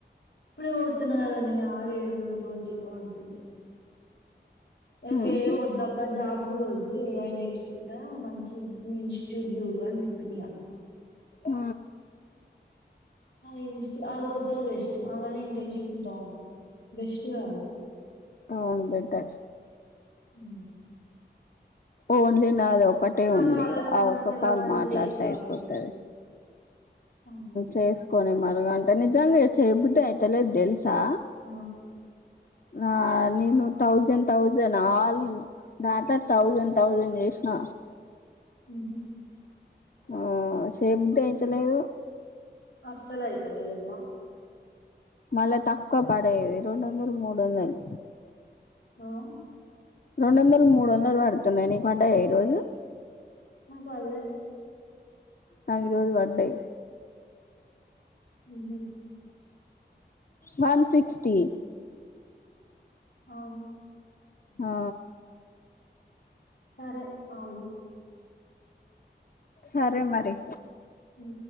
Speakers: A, on the left; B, on the left.
A: ఇప్పుడే పోతున్న కాదనే ఆగే రెండు మూడు రోజులు అంటుంది నాకేం
B: ఉహు
A: వద్దక్క జాబ్ కూడా వద్దు ఏ ఐ నేర్చుకుంటా మంచి ఇన్స్టిట్యూడు చూడు అని చెప్పినగా
B: ఆ
A: ఇన్స్టూ అది వతే బెస్ట్ అన్లనే ఇంటర్న్షిప్ ఉంటాందండి బెస్ట్ కదా
B: అవును బెటర్
A: ఉ
B: ఓన్లీ నాది ఒక్కటే ఉంది
A: కాళ్ళ మీద
B: ఆ
A: మనం
B: ఒక్క
A: నిలబడేది
B: కాల్ మాట్లాడితే
A: చేసుకోవాలి
B: అయిపోతది
A: ఏదో ఒకటి ఆహా.
B: చేసుకొని మరగ అంటే నిజంగా చేయ బుద్ధి అయితలేదు తెలుసా
A: ఆ
B: ఆ నేను థౌజండ్ థౌజండ్ ఆల్ దాంట్ల థౌజండ్ థౌజండ్ చేసిన
A: ఉ
B: ఆ శయ్య బుద్ధి అయితలేదు
A: అస్సలు అయితలేదమ్మా
B: మళ్ళా తక్కువ పడేది రెండు వందలు మూడు వందలు
A: ఆ,
B: రెండు వందలు మూడు వందలు పడుతున్నాయి నీకు పడ్డాయా ఈ రోజు
A: నాకు పడాలే
B: నాకు ఈరోజు వడై
A: ఉహు
B: వన్ సిక్స్టీ
A: ఆ
B: ఆ
A: సరే అగు
B: సరే మరి
A: ఉం